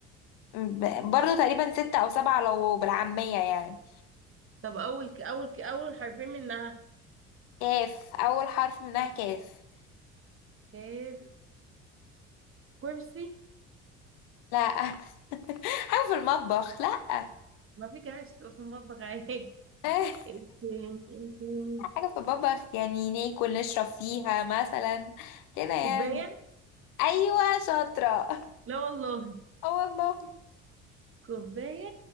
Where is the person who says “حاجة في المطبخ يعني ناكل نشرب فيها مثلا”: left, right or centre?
Left